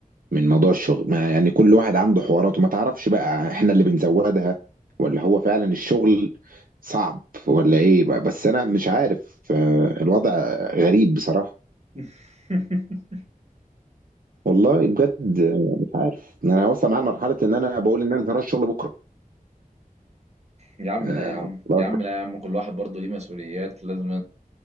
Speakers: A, on the right; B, on the right.
A: من موضوع الشغل ما يعني كل واحد عنده حواراته ما تعرفش بقى احنا اللي بنزودها ولا هو فعلا الشغل صعب ولا ايه بقى بس انا مش عارف آه، الوضع غريب بصراحة
B: <laughs>
A: والله بجد آه، مش عارف إن انا واصل معايا لمرحلة ان انا بقول ان انا مش هروح الشغل بكرة
B: يا عم
A: آه،
B: لا يا عم
A: خلاص.
B: يا عم لا يا عم كل واحد برضه ليه مسؤوليات لازم